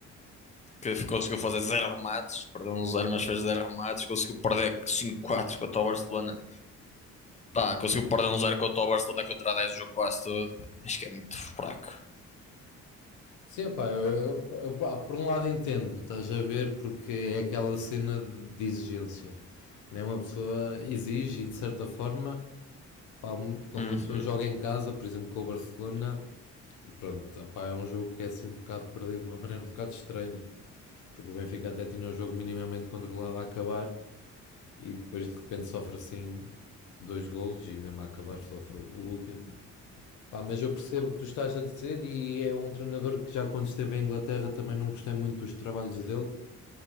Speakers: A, on the left; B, on the left.
A: que conseguiu fazer zero remates, perdeu um zero, mas fez zero remates. Conseguiu perder cinco quatro contra o Barcelona. Pá, conseguiu perder um zero contra o Barcelona contra 10 o jogo quase todo. Pá, mas que é muito fraco.
B: Sim, pá, eu, eu- eu, por um lado entendo, estás a ver, porque é aquela cena de, de exigência. Né? Uma pessoa exige e, de certa forma, pá, um- quando
A: Uhum.
B: uma pessoa joga em casa, por exemplo, com o Barcelona, pronto, pá, é um jogo que é assim um bocado perdido de uma maneira um bocado estranha. Porque o Benfica até tinha o jogo minimamente controlado a acabar e depois de repente sofre assim dois golos e mesmo a acabar sofre o último. Pá, mas eu percebo o que tu estás a dizer e é um treinador que já quando esteve em Inglaterra também não gostei muito dos trabalhos dele,